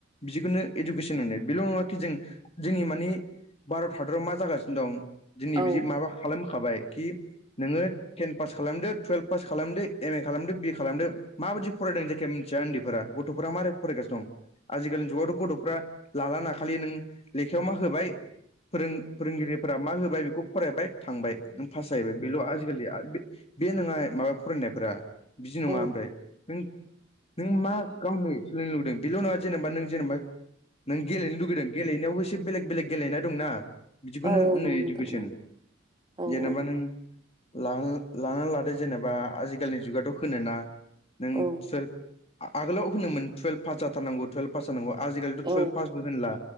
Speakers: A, on the left; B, on the right.
A: बिदिखौनो इडुकेसन मोननाय बेल' नङााखि जों जोंनि माने भारत हादरा मा जागासिनो दं दिनै
B: औ
A: बिदि माबा खालामखाबाय कि नोङो टेन पास खालामदो टुयेल्भ पास खालामदो एम ए खालामदो बि ए खालामदो माबायदि फरायदों जायखिया मिन्थिया उन्दैफोरा गथ'फ्रा मारै फरायगासिनो दं आजिखालिनि जुगावथ' गथ'फ्रा लालाना नों खालि नों लेखायाव मा होबाय फोरों फोरोंगिरि फोरा मा होबाय बेखौ फरायबाय थांबाय पास जाहैबाय बेल' आजिखालि बे नङा माबा फरायनायफोरा बिदि
B: औ
A: नङा ओमफ्राय नों नों मा गावनो सोलिनो लुगैदों बेल' नङा जेनेबा नों जेनेबा नों गेलेनो लुगैदों गेलेनायावबो एसे बेलेग बेलेग गेलेनाय दंना बिदिखौनो
B: नंगौ
A: होनो
B: नोंथां
A: इडुकेसन
B: नंगौ औ
A: जेनेबा
B: औ
A: नों लानानै लादो जेने बा आजिखालिनि जुगाथ' होनोना नों
B: औ
A: सोर आगोलाव होनोमोन तुवेल्भ पास जाथारनांगौ टुवेल्भ पास जानांगौ आजिखालिथ'
B: औ
A: टुयेल्भ पासबो होनला